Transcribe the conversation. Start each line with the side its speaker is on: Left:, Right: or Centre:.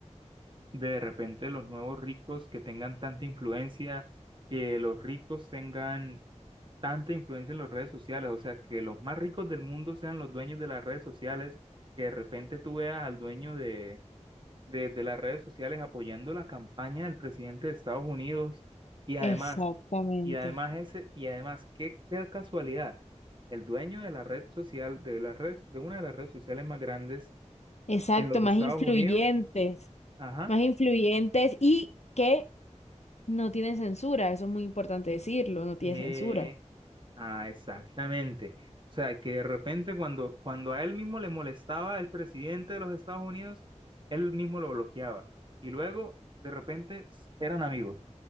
Right: de repente los nuevos ricos que tengan tanta influencia, que los ricos tengan tanta influencia en las redes sociales, o sea, que los más ricos del mundo sean los dueños de las redes sociales, que de repente tú veas al dueño de, de, de las redes sociales apoyando la campaña del presidente de Estados Unidos y además,
Left: Exactamente.
Right: y además ese, y además, qué qué casualidad el dueño de la red social, de la red, de una de las redes sociales más grandes
Left: Exacto,
Right: en los
Left: más
Right: Estados
Left: influyentes,
Right: Unidos, ajá,
Left: más influyentes y que No tiene censura, eso es muy importante decirlo, no tiene
Right: eh,
Left: censura.
Right: ah, exactamente. O sea, que de repente cuando, cuando a él mismo le molestaba el presidente de los Estados Unidos, él mismo lo bloqueaba. Y luego, de repente, eran amigos.